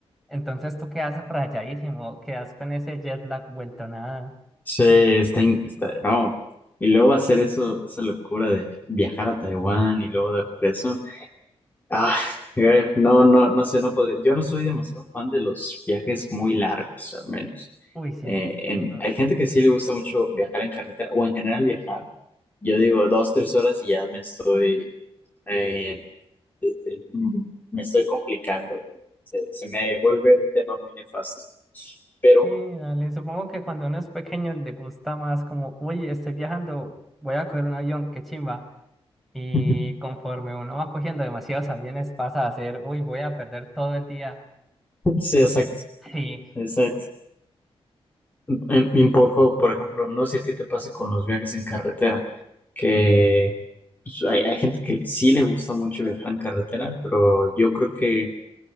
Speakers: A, in the centre; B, on the left.
A: Entonces tú quedas rayadísimo, quedas con ese jet lag vuelto nada.
B: Sí, está... in- está... No. Y luego hacer eso, esa locura de viajar a Taiwán y luego de regreso. Ah, eh, no, no, no sé, no podría. Yo no soy demasiado fan de los viajes muy largos, al menos.
A: Uy, sí,
B: Eh, en-
A: por dos.
B: hay gente que sí le gusta mucho viajar en carretera o en general viajar. Yo digo dos, tres horas y ya me estoy, eh, eh, eh, mm, me estoy complicando. Se, se me vuelve un tema muy nefasto. Pero,
A: Sí, dale. Supongo que cuando uno es pequeño le gusta más como, uy, estoy viajando, voy a coger un avión, qué chimba. Y
B: <laughs>
A: conforme uno va cogiendo demasiados aviones pasa a ser, uy, voy a perder todo el día. <laughs>
B: sí, exacto,
A: Sí,
B: exacto. em- un poco, por ejemplo, no sé si a ti te pase con los viajes en carretera, que pues, hay, hay gente que sí le gusta mucho viajar en carretera, pero yo creo que,